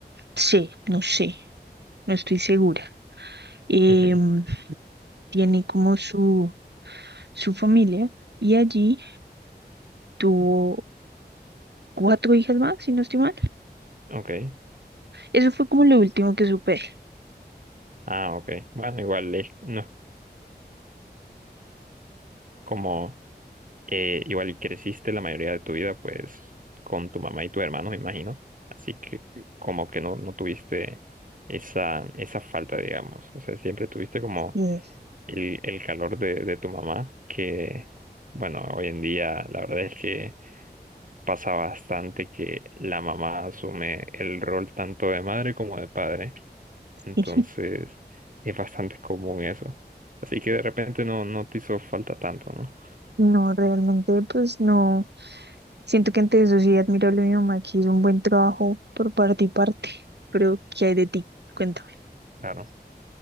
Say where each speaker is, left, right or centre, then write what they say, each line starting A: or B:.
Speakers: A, on the right; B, on the right.
A: sé, no sé, no estoy segura. Em,
B: Ujú.
A: tiene como su, su familia y allí tuvo cuatro hijas más, si no estoy mal.
B: Ok.
A: Eso fue como lo último que supe.
B: Ah, ok. Bueno, igual es, no es como, eh, igual y creciste la mayoría de tu vida, pues, con tu mamá y tu hermano, me imagino. Así que como que no, no tuviste esa, esa falta, digamos. O sea, siempre tuviste como
A: Y-
B: el, el calor de, de tu mamá, que bueno, hoy en día la verdad es que pasa bastante que la mamá asume el rol tanto de madre como de padre,
A: <laughs>
B: entonces es bastante común eso. Así que de repente no, no te hizo falta tanto, ¿no?
A: No, realmente, pues no. Siento que ante eso sí admirable mi mamá que hizo un buen trabajo por parte y parte, pero ¿qué hay de ti? Cuéntame.
B: Claro.